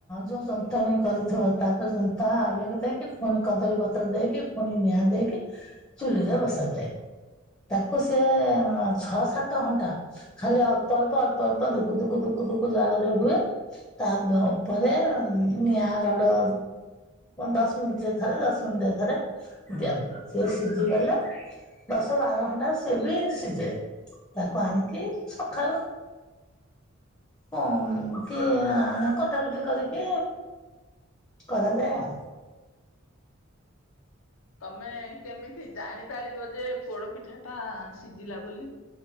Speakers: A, on the left; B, on the left.
A: ଯୋଉ ଯନ୍ତ୍ରଣୀ କରିଥିବ ତାପରେ ଯନ୍ତା ଇଆକୁ ଥାଏ କି ପୁଣି କଦଳୀପତ୍ର ଦେଇକି। ପୁଣି ନିଆଁ ଦେଇକି ଚୁଲିରେ ବସାଯାଏ। ତାକୁ ସେ ଛଅ ସାତ ଘଣ୍ଟା। ଖାଲି ଅଳ୍ପ ଅଳ୍ପ ଅଳ୍ପ ଅଳ୍ପ ଦୁଖୁ ଦୁଖୁ ଦୁଃଖୁ ଦୁଖୁ ଜାରେ ହୁଏ ତା ଆମେ ହବ ପରେରେ ନିଆଁ ରଡ ଦଶ ମିନିଟ ଥରେ ଦଶ ମିନିଟ ଥରେ। ଦିଆ ହଏ ସିଏ ସିଝିଗଲେ ଦଶ ବାର ଘଣ୍ଟା ସିଏ ବି ସିଝେ। ତାକୁ ଆଣିକି ସକାଳୁ। ହ କି <unintelligible> କୁଟା କୁଟି କରିକି କରାଯାଏ ଆଉ।
B: ତମେ କେମିତି ଜାଣିପାରିବ ଯେ ପୋଡ ପିଠା ଟା ସିଜିଲା ବୋଲି?